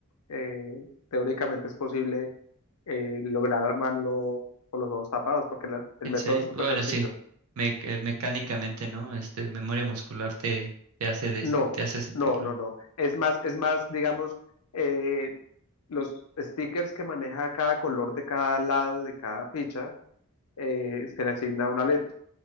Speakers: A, on the left; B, on the right.
A: eh, teóricamente es posible eh, lograr armarlo con los ojos tapados, porque la- el
B: En
A: método
B: serio.
A: es súper
B: Bueno,
A: sencillo.
B: sí. Me- que mecánicamente, ¿no? Este, memoria muscular te, te hace des-
A: No,
B: te hace sentirlo.
A: no, no, no. Es más, es más, digamos, eh, los stickers que maneja cada color de cada lado, de cada ficha, eh, se le asigna una letra,